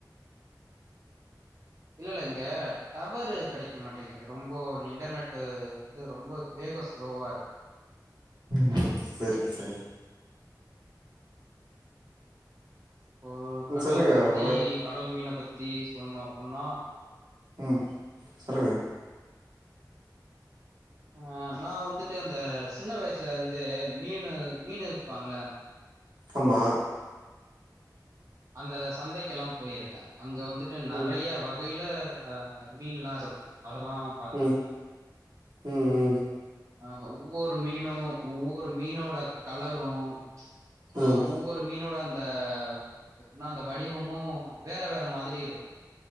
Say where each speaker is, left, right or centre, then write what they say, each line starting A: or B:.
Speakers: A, on the right (about 45°); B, on the right (about 75°).
A: இல்லல்ல இங்க டவரு கிடைக்க மாட்டேங்குது ரொம்ப இன்டர்நெட் வந்து ரொம்ப வேக ஸ்லோவா இருக்கு
B: ம் சரிங்க சரிங்க
A: இப்போ
B: ம்
A: கடல
B: சொல்லுங்க
A: பத்தி
B: ஒரு
A: கடல் மீன பத்தி சொல்ணோ அப்புன்னா
B: ம் சொல்லுங்க
A: அ நா வந்துட்டு அந்த சின்ன வயசுல இருந்தே மீனு மீனு விப்பாங்கள
B: ஆமா
A: அந்த சந்தைக்கெல்லா போயிருக்க அங்க வந்துட்டு நறைய
B: ம்
A: வகையில அ அந்த மீன்லா இருக்கு அதெலா பாத்துருக்க
B: ம் ம் ம்
A: அஹ் ஒவ்வொரு மீனும் ஒவ்வொரு மீனோட கலரும் ஆஹ்
B: ம்
A: ஒவ்வொரு மீனோட அந்த அ எப்பின்னா அந்த வடிவமும் வேற வேற மாதிரி இருக்கும்